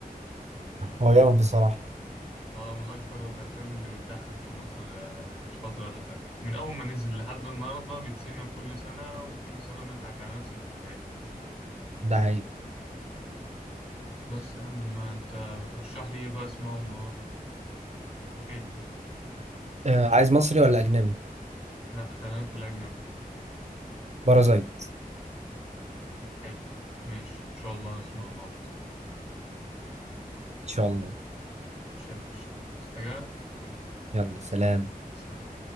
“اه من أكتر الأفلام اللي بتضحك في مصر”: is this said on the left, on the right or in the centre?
Left